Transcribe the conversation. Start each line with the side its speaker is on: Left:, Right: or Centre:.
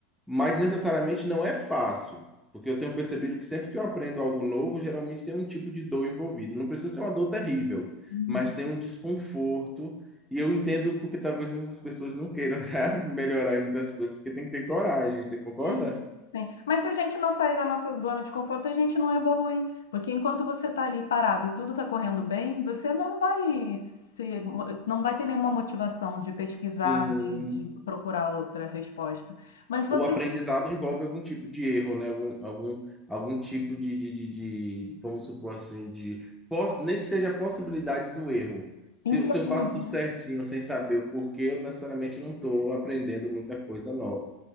Centre: mas necessariamente não é fácil, porque eu tenho percebido que sempre que eu aprendo algo novo, geralmente tem um tipo de dor envolvido. Não precisa ser uma dor terrível,
Left: Uhum.
Centre: mas tem um desconforto, e eu entendo porque talvez muitas pessoas não queiram, <laughs> sabe, melhorar em muitas coisas, porque tem que ter coragem, você concorda?
Left: Sim. Sim. Mas se a gente não sair da nossa zona de conforto, a gente não evolui. Porque enquanto você está ali parado e tudo está correndo bem, você não vai se, não vai ter nenhuma motivação de pesquisar,
Centre: Sim,
Left: de, de procurar outra resposta. Mas você,
Centre: o aprendizado envolve algum tipo de erro, né? Algum, algum, algum tipo de, de, de, de- vamos supor assim, de, poss- nem que seja a possibilidade do erro. Se,
Left: inquietude,
Centre: eu- se eu faço tudo
Left: né?
Centre: certinho, sem saber o porquê, eu necessariamente não estou aprendendo muita coisa nova.